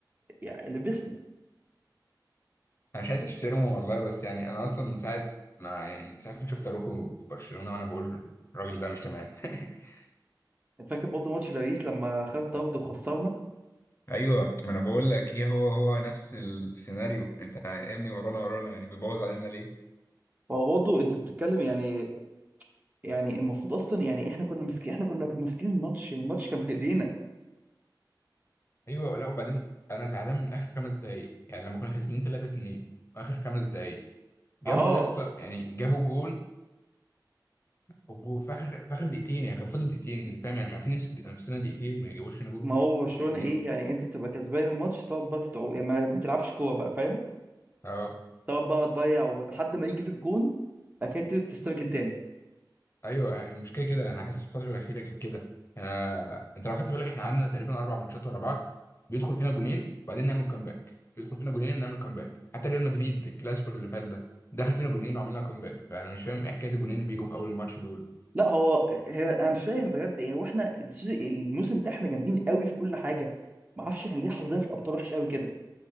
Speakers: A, on the right; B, on the left.
A: يعني لبسنا
B: انا مش عايز اشتمه والله بس يعني انا اصلا من ساعه ما يعني من ساعه ما شفت اروخو في برشلونه وانا بقول الراجل ده مش تمام <laughs>
A: فاكر برضه ماتش باريس لما خد طرد وخسرنا
B: ايوه ما انا بقول لك هي هو هو نفس السيناريو انت يا ابني ورانا ورانا يعني بيبوظ علينا ليه
A: هو برضه انت بتتكلم يعني يعني المفروض اصلا يعني احنا كنا ماسكين احنا كنا ماسكين الماتش يعني الماتش كان في ايدينا
B: ايوه لا وبعدين انا زعلان من اخر خمس دقايق يعني لما كنا كاسبين 3 2 واخر خمس دقايق جابوا
A: اه
B: يا اسطى يعني جابوا جون وجو- في اخر في اخر دقيقتين يعني كان فاضل دقيقتين فاهم يعني مش عارفين نمسك دق- نفسنا دقيقتين ما يجيبوش فينا جون
A: ما هو برشلونة
B: وم-
A: ايه يعني انت تبقى كسبان الماتش تقعد بقى تتعو... يعني ما... ما تلعبش كوره بقى فاهم
B: اه
A: تقعد بقى تضيع ولحد ما يجي في الجون اكيد تسترجل تاني
B: ايوه آه، مش كده كده انا حاسس الفتره الاخيره كانت كده يعني انا انت لو خدت بالك احنا قعدنا تقريبا اربع ماتشات ورا بعض بيدخل فينا جونين وبعدين نعمل كومباك يدخل فينا جونين ونعمل كومباك حتى ريال مدريد الكلاسيكو اللي فات ده دخل فينا جونين وعملنا كومباك فانا مش فاهم ايه حكايه الجونين اللي بيجوا في اول ماتش دول
A: لا هو هي... انا مش فاهم بجد يعني واحنا السيز- الموسم ده احنا جامدين قوي في كل حاجه ما اعرفش احنا ليه حظنا في الابطال وحش قوي كده